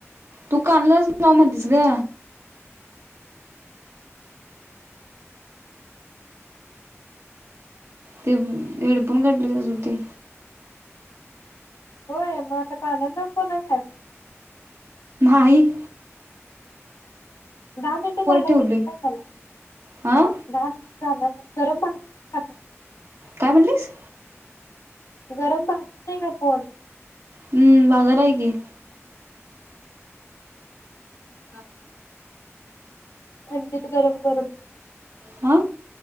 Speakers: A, on the right; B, on the left.
A: तू कानलाच जाव म्हणतेस ग. ते हेडफोन घातल की तस होतय.
B: होय मग आता कानाला लाऊन बोलाल्यास.
A: आई.
B: दहा मिनिट झालाय
A: ठेवलोय
B: काय मला
A: हां
B: दहा मिनट. झा का गरम भाग <inaudible>
A: काय म्हणलीस.
B: गरम भाजतय का कोण.
A: हम्म बाजार आहे की.
B: <inaudible> थंडीत गरम गरम.
A: आ.